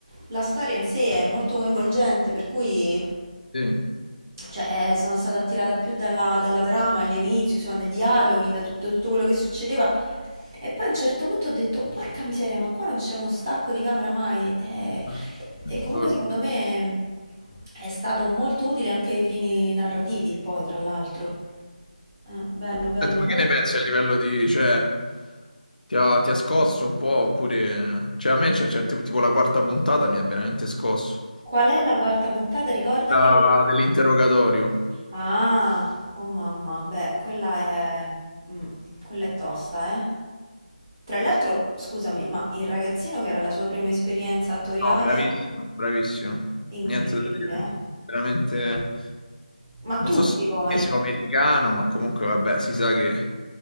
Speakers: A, on the right; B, on the left.
A: la storia in sé è molto coinvolgente, per cui...
B: Sì.
A: Cioè, eh, sono stata attirata più dalla, dalla trama all'inizio, insomma, dai dialoghi, da tutto, tutto quello che succedeva. E poi a un certo punto ho detto, porca miseria, ma qua non c'è uno stacco di camera mai. Eh,
B: Mm.
A: E, comunque
B: Giuro.
A: secondo me è, è stato molto utile anche ai fini narrativi, poi, tra l'altro. Eh, bello, bello,
B: Senti, ma
A: molto
B: che ne pensi
A: bello.
B: a livello di, cioè, ti ha, ti ha scosso un po', oppure, cioè, a me c'è certe, tipo la quarta puntata mi ha veramente scosso.
A: Qual è la quarta puntata? Ricordami.
B: La- Dell'interrogatorio.
A: Ah, oh mamma, beh, quella è... mm, quella è tosta, eh. Tra l'altro, scusami, ma il ragazzino che era la sua prima esperienza attoriale,
B: No, bravissimo, bravissimo.
A: incredibile,
B: Niente da dire.
A: eh.
B: Veramente,
A: Ma
B: non
A: tutti
B: so se
A: poi.
B: è
A: Ma
B: americano, ma comunque, vabbè, si sa che